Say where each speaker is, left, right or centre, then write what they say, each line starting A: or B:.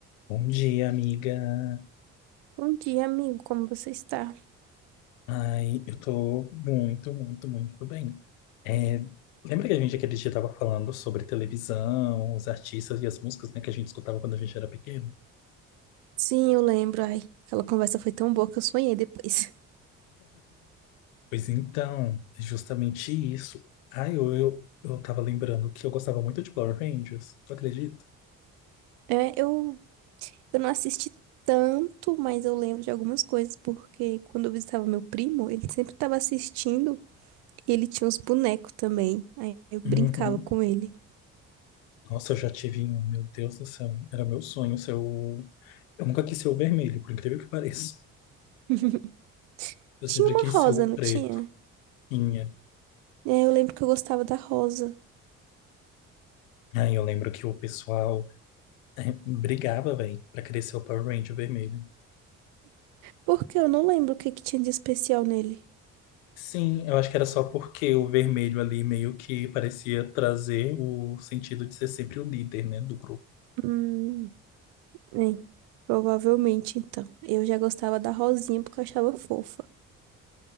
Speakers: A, on the left; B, on the right.
A: Bom dia, amiga.
B: Bom dia, amigo. Como você está?
A: Ai, eu tô muito, muito, muito bem. É, lembra que a gente aquele dia tava falando sobre televisão, os artistas e as músicas, né, que a gente escutava quando a gente era pequeno?
B: Sim, eu lembro. Ai, aquela conversa foi tão boa que eu sonhei depois.
A: Pois então, é justamente isso. Ai, eu, eu, eu tava lembrando que eu gostava muito de Power Rangers, tu acredita?
B: É, eu, eu não assisti tanto, mas eu lembro de algumas coisas, porque quando eu visitava meu primo, ele sempre estava assistindo e ele tinha uns bonecos também. Aí eu brincava
A: Uhum.
B: com ele.
A: Nossa, eu já tive um, meu Deus do céu, era meu sonho ser o... Eu nunca quis ser o vermelho, por incrível que pareça.
B: <laughs>
A: Eu
B: Tinha
A: sempre
B: uma
A: quis
B: rosa,
A: ser o
B: não
A: preto.
B: tinha?
A: Tinha.
B: É, eu lembro que eu gostava da rosa.
A: Aí eu lembro que o pessoal <laughs> É, Brigava, velho, pra crescer o Power Ranger vermelho.
B: Porque eu não lembro o que que tinha de especial nele.
A: Sim, eu acho que era só porque o vermelho ali meio que parecia trazer o sentido de ser sempre o líder, né, do grupo.
B: Hum, é, provavelmente então. Eu já gostava da rosinha porque eu achava fofa.